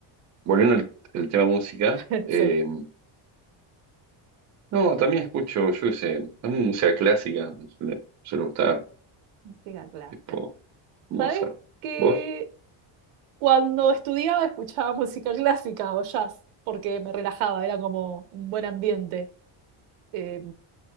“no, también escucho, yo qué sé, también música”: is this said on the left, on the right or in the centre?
Right